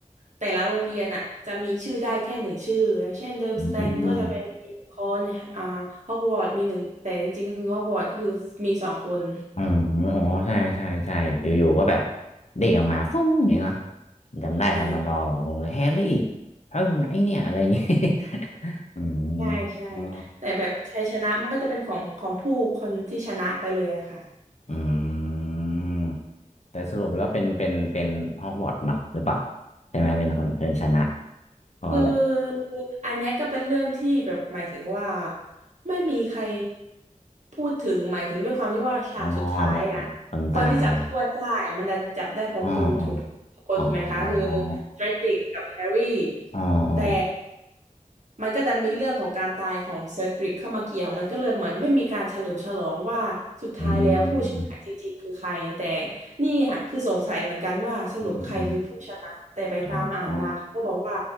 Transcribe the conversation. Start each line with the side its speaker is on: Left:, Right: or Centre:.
Right: แต่ละโรงเรียนอ่ะจะมีชื่อได้แค่หนึ่งชื่ออย่างเช่นเดิมสแตงก็จะเป็นมีหนึ่งคนอ่าฮอกวอตส์มีหนึ่งแต่จริงๆก็คือฮอกวอตส์ก็คือมีสองคน
Left: อืม อ๋ออ๋อใช่ใช่ใช่อยู่ๆก็แบบเด้งออกมาฟุ้งอย่างเงี้ยเนาะ
Right: <laughs>
Left: จำได้ดัมเบิลดอร์งงเลยแฮร์รี่
Right: ใช่
Left: เฮ้ยไงเนี่ย อะไรอย่างเงี้ย <laughs> อืม
Right: ใช่ใช่
Left: อ๋อ
Right: แต่แบบชัยชนะมันก็จะเป็นของของผู้คนที่ชนะไปเลยอะค่ะ
Left: อืมแต่สรุปแล้วเป็น เป็นเป็นฮอกวอตส์เนาะหรือเปล่าใช่ไหมเป็นคนเป็นชนะเพราะว่าแบบ
Right: คืออันเนี้ยก็เป็นเรื่องที่แบบหมายถึงว่าไม่มีใครพูดถึงหมายถึงด้วยความที่ว่าฉากสุดท้ายอ่ะ
Left: อ๋อไม่แบบคนตาย
Right: คนที่จับถ้วยได้อะมันดันจับได้พร้อมกันถูก
Left: อ๋ออ๋
Right: คนถูกไหมคะคือ
Left: ออ๋อ
Right: เดรติกกับแฮร์รี่
Left: อ๋ออ๋อ
Right: แต่มันก็ดันมีเรื่องของการตายของเซดริกเข้ามาเกี่ยวมันก็เลยเหมือนไม่มีการเฉลิมฉลองว่าสุดท้ายแล้วผู้ชนะจริงๆคือใครแต่
Left: อืม
Right: นี่อ่ะคือสงสัยเหมือนกันว่าสรุปใครคือผู้ชนะแต่ไปตามอ่านมาเขาก็บอกว่า
Left: อืมอืมอ๋อ